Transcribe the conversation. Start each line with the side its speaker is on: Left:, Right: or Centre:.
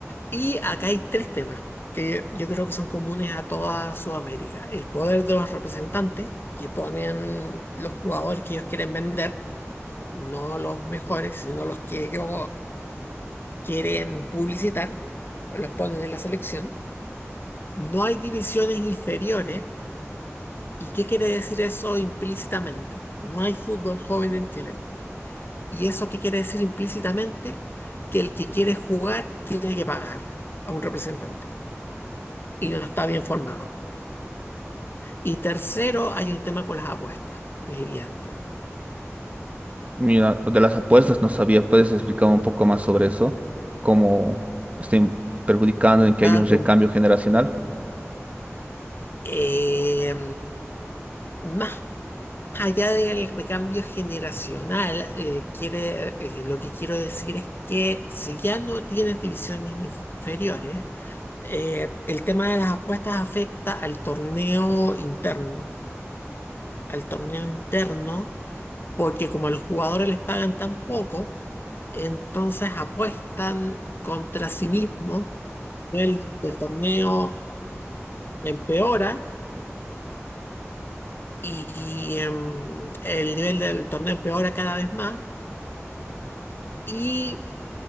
Left: y acá hay tres temas que yo creo que son comunes a toda Sudamérica. El poder de los representantes que ponen los jugadores que ellos quieren vender, no los mejores, sino los que ellos quieren publicitar, los ponen en la selección. No hay divisiones inferiores. ¿Y qué quiere decir eso implícitamente? No hay fútbol joven en Chile. ¿Y eso qué quiere decir implícitamente? Que el que quiere jugar tiene que pagar a un representante y no está bien formado. Y tercero, hay un tema con las apuestas, que es evidente.
Right: Mira, de las apuestas no sabía, ¿puedes explicar un poco más sobre eso? ¿Cómo estén perjudicando en que
Left: Está
Right: hay un
Left: dom-
Right: recambio generacional?
Left: eh, más allá del recambio generacional, eh, quiere, eh, lo que quiero decir es que si ya no tienes divisiones inferiores, eh, el tema de las apuestas afecta al torneo interno. Al torneo interno porque como a los jugadores les pagan tan poco, entonces apuestan contra sí mismos. El nivel del torneo empeora y em, el nivel del torneo empeora cada vez más y